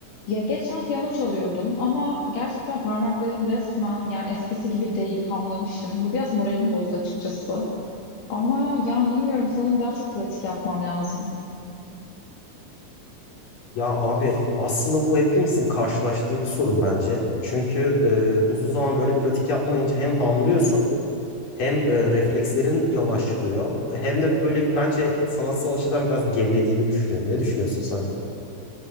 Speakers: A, on the left; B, on the left.
A: Ya geçen piyano çalıyordum ama gerçekten parmaklarım resmen yani eskisi gibi değil hamlamışım. Bu biraz moralim bozdu açıkçası. Ama yani bilmiyorum sanırım daha çok pratik yapmam lazım.
B: Ya abi aslında bu hepimizin karşılaştığı bir sorun bence. Çünkü e, uzun zaman böyle pratik yapmayınca hem hamlıyorsun hem e, reflekslerin yavaşlıyor. Hem de böyle bir bence sanatsal açıdan biraz gerilediğini düşünüyorum. Ne düşünüyorsun sen?